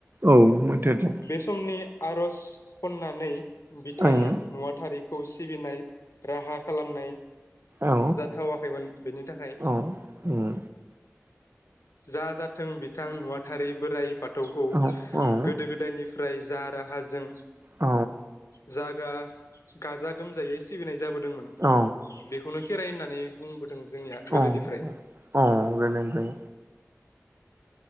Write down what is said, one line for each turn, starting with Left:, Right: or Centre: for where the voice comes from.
Right: औ मोन्थोरजों
Left: बे समनि आर'ज खन्नानै बिथां
Right: आङो
Left: नुवा थारिख खौ सिबिनाय राहा खालामनाय
Right: औ
Left: जाथावाखैमोन बेनि थाखाय
Right: औ उम
Left: जा जाथों बिथां नुवाथारि बोराय बाथौखौ
Right: औ औ
Left: गोदो गोदायनि फ्राय जा राहाजों
Right: औ
Left: जागा गाजा गोमजायै सिबिनाय जाबोदोंमोन
Right: औ
Left: बेखौनो खेराइ होननानै बुं <unintelligible> दों जोंनिया गोदोनिफ्राय
Right: औ औ गोजोनथों